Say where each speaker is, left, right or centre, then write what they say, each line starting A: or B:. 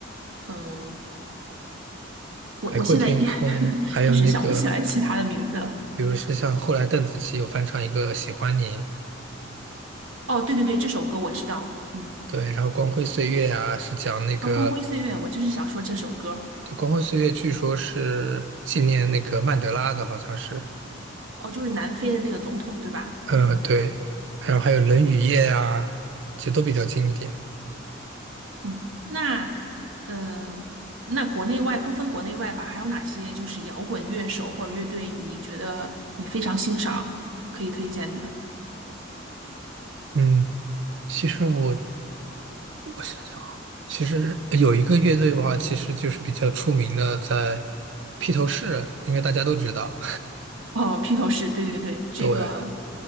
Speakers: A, on the right; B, on the right.
A: 嗯、我我现在一
B: 海阔天空，
A: <laughs>
B: 还有那个，
A: 一时想不起来其他的名字了。
B: 比如说像后来邓紫棋有翻唱一个《喜欢你》，
A: 哦，对对对，这首歌我知道，嗯，
B: 对，然后《光辉岁月》啊，是讲那个，
A: 啊，《光辉岁月》，我就是想说这首歌。
B: 对，《光辉岁月》据说是纪念那个曼德拉的，好像是，
A: 哦，就是南非的那个总统，对吧？
B: 呃，
A: 嗯
B: 对，然后还有《冷雨夜》啊，其实都比较经典。
A: 嗯，那呃，那国内外不分国内外吧，还有哪些就是摇滚乐手或者乐队，你觉得你非常欣赏，可以推荐的？
B: 嗯，其实我我想想啊，其实有一个乐队的话，其实就是比较出名的，在披头士，应该大家都知道，
A: 哦，披头士，对对对，
B: <laughs>
A: 这个
B: 对。